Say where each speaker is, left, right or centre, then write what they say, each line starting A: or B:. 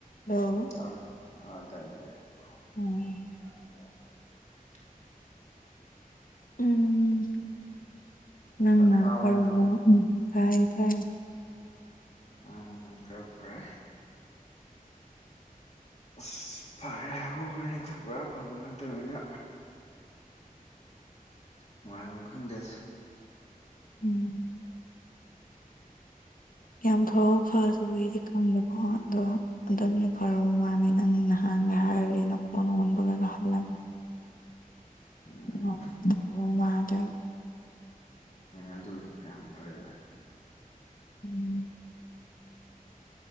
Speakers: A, on the left (about 70°); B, on the left (about 45°).
A: hello
B: <unintelligible>
A: ꯎꯝ ꯎꯝ ꯅꯪꯅꯥ
B: ꯇꯥꯕ
A: ꯐꯔꯕꯣ
B: ꯅꯠꯇ꯭ꯔꯣ
A: ꯎꯝ ꯇꯥꯏꯌꯦ ꯇꯥꯏ
B: ꯑꯥ ꯈꯔꯥ ꯐꯔꯦ
A: ꯎ <inaudible>
B: ꯑꯁ ꯐꯔꯦ ꯍꯥꯏꯕ ꯋꯥꯅꯤꯗ ꯄꯨꯔꯥ ꯐꯕ ꯅꯠꯇꯕꯅꯤꯅ ꯅꯨꯡꯉꯥꯏꯕꯝ ꯈꯪꯗꯦꯗ
A: ꯎꯝ <inaudible> ꯌꯥꯝ ꯐꯕ ꯐꯥꯗꯕꯒꯤꯗꯤ ꯈꯪꯗꯦꯀꯣ ꯑꯗꯣ ꯈꯇꯪꯗꯤ ꯐꯔꯕ ꯃꯥꯜꯂꯦ ꯅꯪ ꯅꯍꯥꯟ ꯅꯍꯥꯟꯒꯤ ꯅꯈꯣꯟ ꯑꯣꯟꯕꯀꯥꯗꯣ ꯍꯜꯂꯒ <unintelligible>
B: ꯎꯝ ꯑꯗꯨꯅ ꯌꯥꯝ ꯐꯔꯦꯗ
A: ꯎꯝ <inaudible>